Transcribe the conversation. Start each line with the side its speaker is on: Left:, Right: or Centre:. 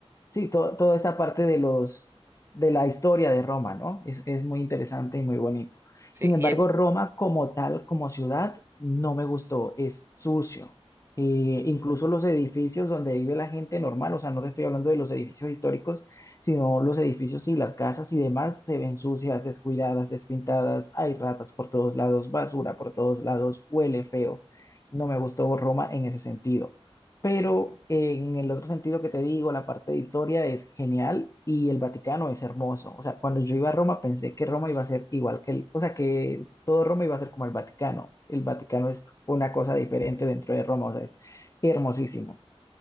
Left: Sí, to- toda esta parte de los de la historia de Roma, ¿no? Es, es muy interesante y muy bonito.
Right: Sí,
Left: Sin
Right: y
Left: embargo,
Right: hay...
Left: Roma como tal, como ciudad, no me gustó, es sucio. Eh, incluso los edificios donde vive la gente normal, o sea, no te estoy hablando de los edificios históricos, sino los edificios y las casas y demás se ven sucias, descuidadas, despintadas, hay ratas por todos lados, basura por todos lados, huele feo. No me gustó Roma en ese sentido. Pero
Right: Ujú.
Left: en el otro sentido que te digo, la parte de historia es genial y el Vaticano es hermoso. O sea, cuando yo iba a Roma pensé que Roma iba a ser igual que el, o sea, que todo Roma iba a ser como el Vaticano. El Vaticano es una cosa diferente dentro de Roma, o sea, es hermosísimo.